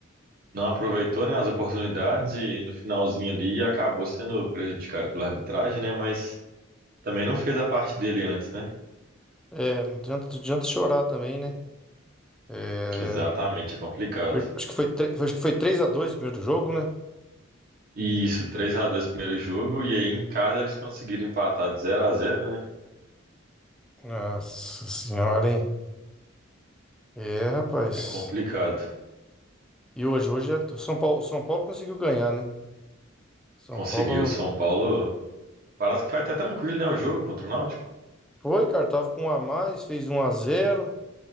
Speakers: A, on the right; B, in the centre.
A: não aproveitou, né, as oportunidades e no finalzinho ali acabou sendo prejudicado pela arbitragem, né? Mas também não fez a parte dele antes, né?
B: É, não adianta, não adianta chorar também, né? É,
A: Exatamente, é complicado.
B: per- acho que foi, tre- acho que foi três a dois o primeiro jogo, né?
A: E isso, três a dois primeiro jogo e aí em casa eles conseguiram empatar de zero a zero, né?
B: Nossa senhora, hein? É, rapaz.
A: É complicado.
B: E hoje, hoje, é- o São Paulo, o São Paulo conseguiu ganhar, né? São
A: Conseguiu.
B: Paulo.
A: São Paulo Parece que foi até tranquilo, né? O jogo contra o Náutico.
B: Foi, cara, tava com um a mais, fez um a zero